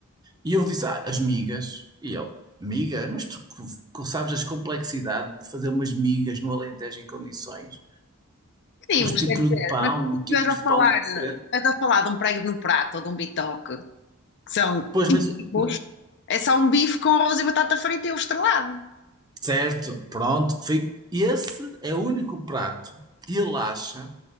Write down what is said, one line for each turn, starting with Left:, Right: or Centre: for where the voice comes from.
Right: e eu disse, ah, as migas. E eu, migas? Mas tu co- co- sabes as complexidades de fazer umas migas no Alentejo em condições?
Left: Sim,
Right: Os
Left: mas
Right: tipos
Left: quer dizer,
Right: de pão,
Left: mas se
Right: os
Left: estiveres
Right: tipos
Left: a
Right: de
Left: falar,
Right: pão diferente.
Left: se estiveres a falar de um prego no prato ou de um bitoque, que são
Right: Pois, mas
Left: tipos,
Right: ma-
Left: é só um bife com arroz e batata frita e ovo estrelado.
Right: certo, pronto. Foi, esse é o único prato que ele acha